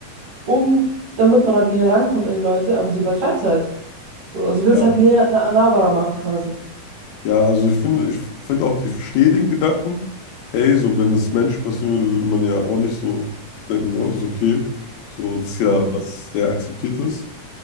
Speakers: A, on the right (about 60°); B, on the left (about 75°).
A: um, damit man halt näher rankommt an die Leute, aber sie übertreibt halt. So, also sie will
B: ja.
A: es halt näher, nah nahbarer machen quasi.
B: Ja, also ich finde, ich finde auch, ich verstehe den Gedanken, hey, so wenn das Menschen passieren würde, würde man ja auch nicht so denken, oh, das ist okay. So, das ist ja
A: Mhm.
B: was sehr akzeptiert ist.